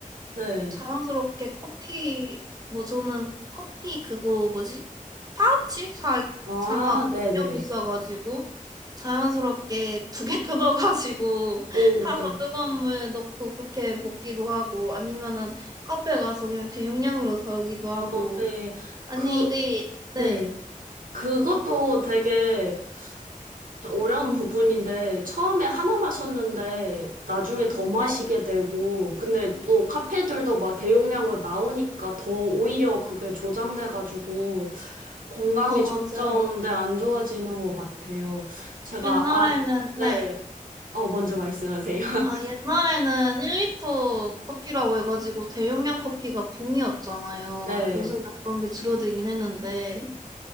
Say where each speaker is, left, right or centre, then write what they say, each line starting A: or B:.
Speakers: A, on the right; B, on the right.
A: 네.
B: 자랑스럽게 커피 뭐 저는 커피 그거 뭐지? 파우치 사
A: 아,
B: 사놓았거든요.
A: 네네.
B: 비싸가지고 자연스럽게 두 개 뜯어가지고 <laughs>
A: 오,
B: 타서
A: 네.
B: 뜨거운 물 넣고 그렇게 먹기도 하고 아니면은 카페 가서 그냥 대용량으로 사오기도 하고
A: 어, 네.
B: 아니
A: 그,
B: 이게
A: 네.
B: 네.
A: 그것도 되게 좀 어려운 부분인데, 처음에 하나 마셨는데, 나중에 더 마시게
B: 네.
A: 되고, 근데 또 카페들도 막 대용량으로 나오니까 더 오히려 그게 조장돼가지고, 건강이
B: 어 맞아요.
A: 점점,
B: 음.
A: 네, 안 좋아지는 것 같아요. 제가,
B: 옛날에는
A: 아, 네.
B: 네.
A: 어, 먼저 말씀하세요. <laughs>
B: 아, 옛날에는 1리터 커피라고 해가지고 대용량 커피가 붐이었잖아요.
A: 네.
B: 요즘은 그런 게 줄어들긴 했는데.